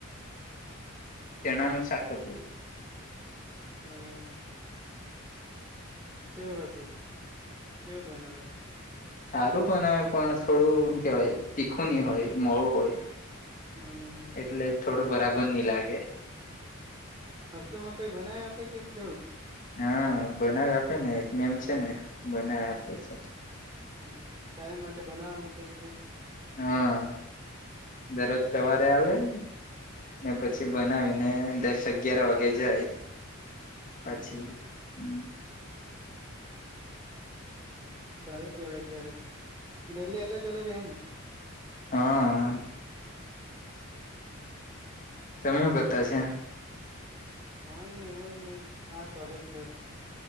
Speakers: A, on the left; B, on the right.
A: ચણાનું શાખ હો તું.
B: હમ કેવું હતું કેવું બનાવેલું?
A: સારું બનાવે પણ થોડું કેવાય તીખું ની હોય મોળું હોય.
B: હમ હમ
A: એટલે થોડું બરાબર ની લાગે.
B: હોસ્ટલમાં કોઈ બનાવે આપે કે કેવું?
A: હા બનાવે આપે ને એક મેમ છે ને બનાવે આપે છે.
B: હમ કાયમ માટે બનાવવા મૂકેલ કે.
A: હા દરરોજ સવારે આવે ને પછી
B: હમ
A: બનાવીને દસ અગિયાર વાગે જાય પછી.
B: હમ હમ
A: હમ
B: સારું કેવાય ત્યારે તો ડેલી અલગ અલગ અહે ને.
A: હા
B: હમ
A: તમે હું કરતા છે?
B: કઈ નઈ એમજ મેં હા કોલેજ પર.